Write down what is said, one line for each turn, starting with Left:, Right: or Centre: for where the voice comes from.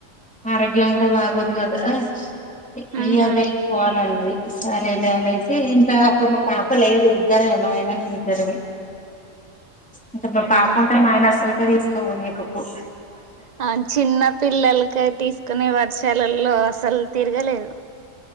Centre: ఆరోగ్యం కూడా బాగోదు కద ఏమొద్దు
Right: ఉహు
Centre: వెళ్ళిపో అనన్నది సరేలే అనేసి ఇంకా అప్పుడు మా పాప లేదు ఇద్దరమే మా ఆయన నేను ఇద్దరమే ఇంక మా పాప
Right: అవునా
Centre: ఉంటే మా ఆయన అసలుకే తీసుకపోనీకపోవ్
Right: ఆ చిన్న పిల్లలకి తీసుకునే వర్షాలలో అసలు తిరగలేదు